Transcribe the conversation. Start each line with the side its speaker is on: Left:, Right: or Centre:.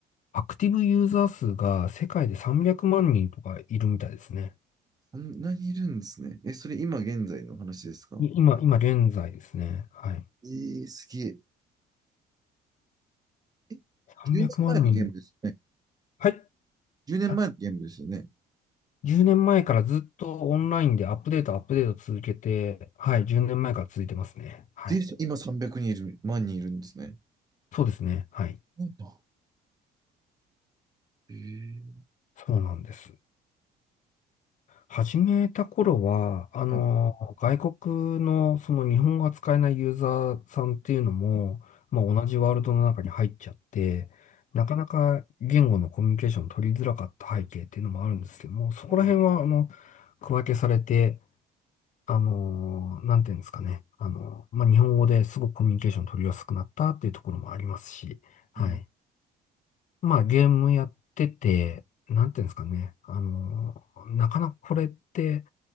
Left: アクティブユーザー数が世界で300万人とかいるみたいですね。
Right: そんなにいるんですね。え、それ今現在の話ですか
Left: い今、今現在ですね。はい。
Right: えー、すげえ。え、1年前のゲームですね。
Left: 300万人。はい。
Right: 10年前のゲームですよね。
Left: あ10年前からずっとオンラインでアップデート、アップデート続けて、はい。10年前から続いてますね。はい。
Right: で、今300人いる、万人いるんですね。
Left: そうですね。はい。
Right: はいな。えー、
Left: そうなんです。始めた頃は、あの、
Right: はい。
Left: 外国のその日本語が使えないユーザーさんっていうのも、まあ、同じワールドの中に入っちゃって、なかなか言語のコミュニケーション取りづらかった背景っていうのもあるんですけども、そこら辺は、
Right: はい
Left: あの、区分けされて、あの、なんていうんですかね、あの、まあ、日本語ですごくコミュニケーション取りやすくなったっていうところもありますし、はい。
Right: うん
Left: まあ、ゲームやってて、なんていうんですかね、あの、なかなかこれって、